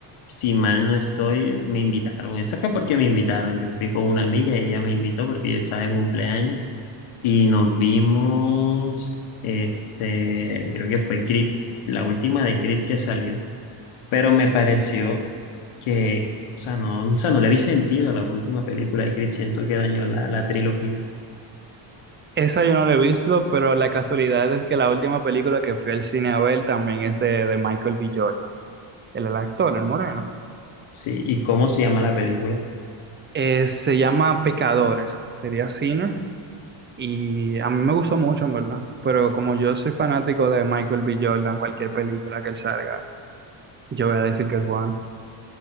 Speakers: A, on the left; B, on the right.
A: si mal no estoy, me invitaron. Esa fue porque me invitaron. Yo fui con una amiga y ella me invitó porque yo estaba de cumpleaños y nos vimos, este, creo que fue Creed, la última de Creed que salió, pero me pareció que, o sea, no, o sea, no le vi sentido a la última película de Creed, siento que dañó la, la trilogía.
B: Esa yo no la he visto, pero la casualidad es que la última película que fui al cine a ver también es de, de Michael B. Jordan, el, el actor, el moreno.
A: Sí, ¿y cómo se llama la película?
B: Eh, se llama Pecadores, sería Sinner, y a mí me gustó mucho, en verdad. Pero como yo soy fanático de Michael B. Jordan, cualquier película que él salga, yo voy a decir que es buena.